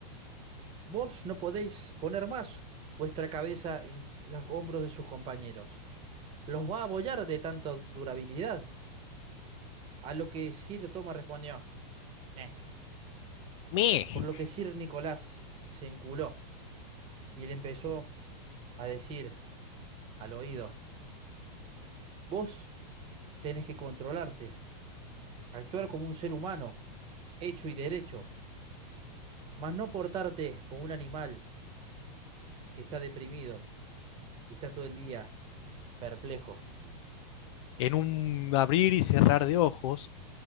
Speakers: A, on the right (about 25°); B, on the left (about 45°).
A: Vos no podéis poner más vuestra cabeza en los hombros de sus compañeros. Los va a abollar de tanta durabilidad. A lo que Sir Thomas respondió, "Eh".
B: ¡Me!
A: Por lo que Sir Nicolás se enculó y le empezó a decir al oído, vos tenés que controlarte, actuar como un ser humano, hecho y derecho, mas no portarte como un animal que está deprimido y está todo el día perplejo.
B: En un abrir y cerrar de ojos,